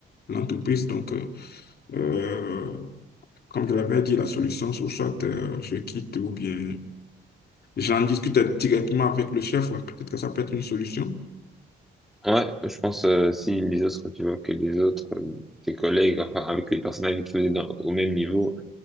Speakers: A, on the left (about 55°); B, in the centre.
A: l'entreprise. Donc, euh, euh, comme je l'avais dit, la solution, ou soit euh, je quitte ou bien j'en discute directement avec le chef. ouais, Peut-être que ça peut être une solution.
B: Ouais, je pense, euh, si les autres, tu vois, que les autres, euh, tes collègues, enfin, avec les personnes avec qui vous êtes dans- au même niveau,